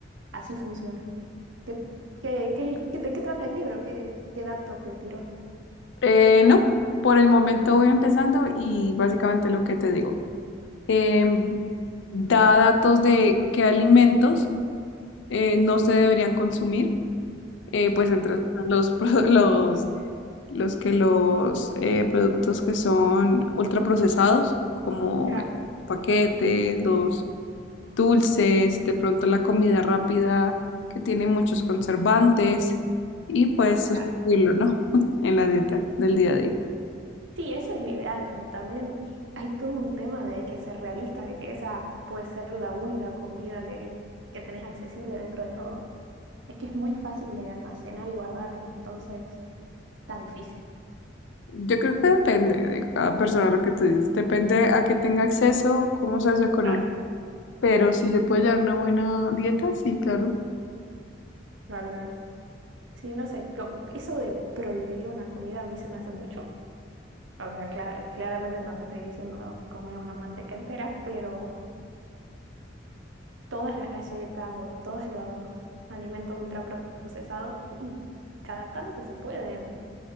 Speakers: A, on the right; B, on the left.
A: así funciona. ¿Qué, qué- qué- qué- de qué trata el libro? ¿Qué, qué dato te tiró?
B: Eh, no, por el momento voy empezando y básicamente lo que te digo. eh, da datos de qué alimentos eh, no se deberían consumir, eh, pues entre los, pro- <laughs> los, los que los eh, productos que son ultraprocesados, como
A: Claro,
B: paquetes, los dulces, de pronto la comida rápida que tiene muchos conservantes y pues
A: claro.
B: sustituirlo, ¿no? <laughs> En la dieta del día a día.
A: Sí, eso es lo ideal, pero también hay todo un tema de hay que ser realista, de que esa puede ser la única comida que, que tenés accesible dentro de todo. Es que es muy fácil de almacenar y guardar, entonces está difícil.
B: Yo creo que depende de cada persona lo que tú dices, depende a qué tenga acceso, cómo sea su economía.
A: Claro.
B: Pero si se puede llevar una buena dieta, sí, claro.
A: Claro, claro. Sí, no sé, lo- eso de prohibir una comida a mí se me hace mucho. O sea, cla- claramente no te estoy diciendo comer una manteca entera, pero todas las galletas o todos los alimentos ultraprocesados, y cada tanto se pueden,